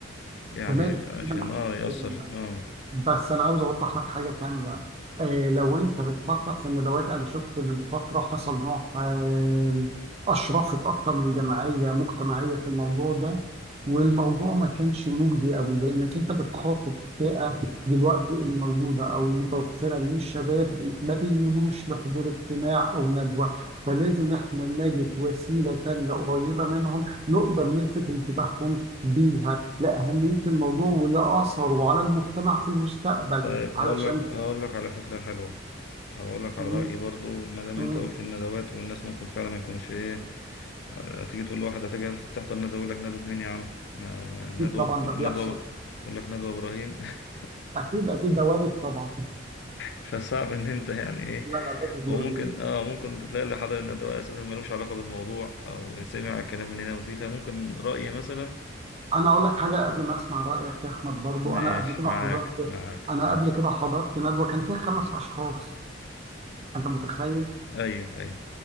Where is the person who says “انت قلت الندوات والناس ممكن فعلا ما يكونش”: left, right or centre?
Left